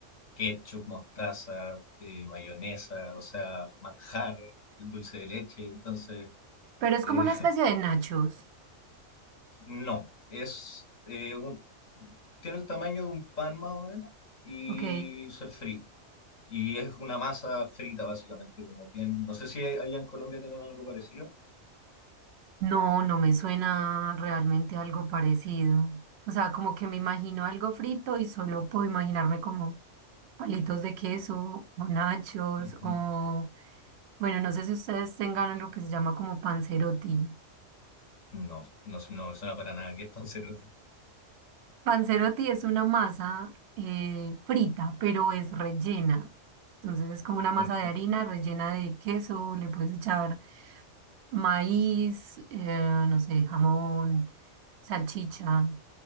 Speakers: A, on the left; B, on the right.
A: ketchup, mostaza, eh, mayonesa, o sea, manjar, dulce de leche, entonces...
B: Pero es
A: eh,
B: como una especie de nachos,
A: no, es eh, un, tiene el tamaño de un pan más o menos y
B: ¿ok?
A: se fríe. Y es una masa frita básicamente, como bien. No sé si hay- allá en Colombia tienen algo parecido.
B: No, no me suena realmente algo parecido. O sea, como que me imagino algo frito y solo puedo imaginarme como palitos de queso o nachos
A: Ujú.
B: o, bueno, no sé si ustedes tengan algo que se llama como panzerotti.
A: No, no, su- no me suena para nada. ¿Qué es panzerotti?
B: Panzerotti es una masa eh, frita, pero es rellena. Entonces es como una masa
A: ¿Con qué?
B: de harina rellena de queso, le puedes echar maíz, eh, no sé, jamón, salchicha,